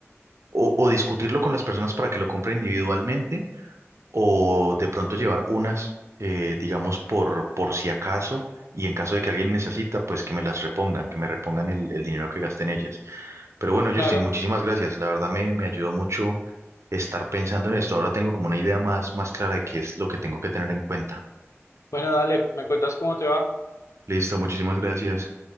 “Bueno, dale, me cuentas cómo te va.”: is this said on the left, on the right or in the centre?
Left